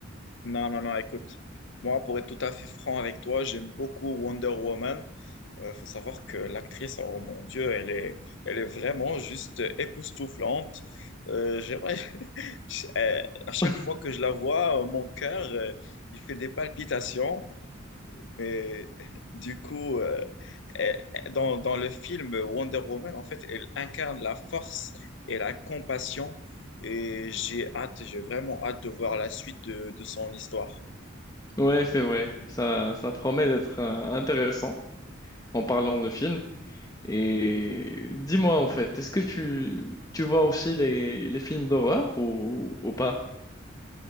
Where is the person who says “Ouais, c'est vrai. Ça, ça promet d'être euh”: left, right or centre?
Left